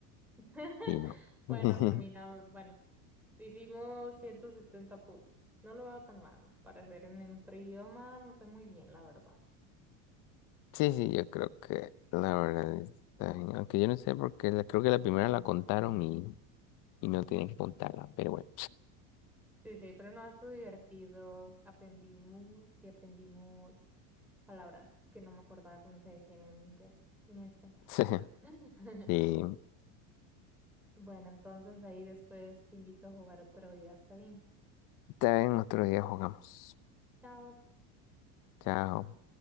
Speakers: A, in the centre; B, on the left.
A: <laughs>
B: sí, no.
A: Bueno,
B: <laughs>
A: terminamos. Bueno, hicimos 170 puntos. No lo veo tan mal. Para ser en otro idioma no fue muy bien, la verdad.
B: Sí, sí, yo creo que la verdad está bien. Aunque yo no sé porque la, creo que la primera la contaron y, y no tienen que contarla. Pero bueno.
A: Sí, sí, pero no estuvo divertido. Aprendimos y aprendimos palabras que no me acordaba cómo se decían en inglés ni en español.
B: <laughs>
A: <laughs>
B: Sí,
A: Bueno, entonces ahí después te invito a jugar otro día, ¿está bien?
B: está bien, otro día jugamos.
A: Chao.
B: Chao.